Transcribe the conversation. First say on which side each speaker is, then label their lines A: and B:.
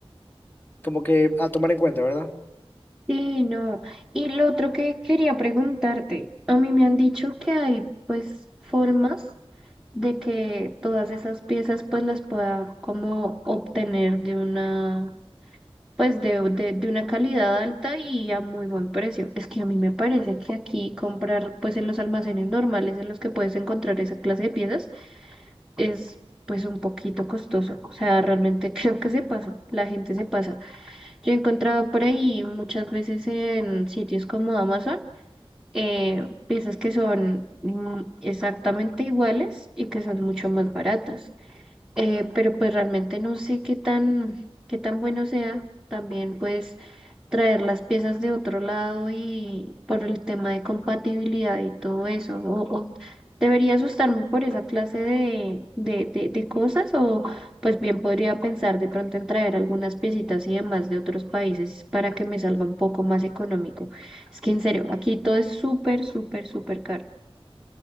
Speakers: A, on the left; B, in the centre.
A: como que a tomar en cuenta, ¿verdad?
B: Sí, no. Y lo otro que quería preguntarte, a mí me han dicho que hay pues formas de que todas esas piezas pues las pueda como obtener de una pues de, de, de una calidad alta y a muy buen precio. Es que a mí me parece que aquí comprar pues en los almacenes normales en los que puedes encontrar esa clase de piezas es pues un poquito costoso. O sea, realmente <laughs> creo que se pasa, la gente se pasa. Yo he encontrado por ahí muchas veces en sitios como Amazon eh, piezas que son mm, exactamente iguales y que son mucho más baratas. Eh, pero pues realmente no sé qué tan, qué tan bueno sea. También pues traer las piezas de otro lado y por el tema de compatibilidad y todo eso. O, o debería asustarme por esa clase de, de, de, de cosas o pues bien podría pensar de pronto en traer algunas piecitas y demás de otros países para que me salga un poco más económico. Es que en serio, aquí todo es súper, súper, súper caro.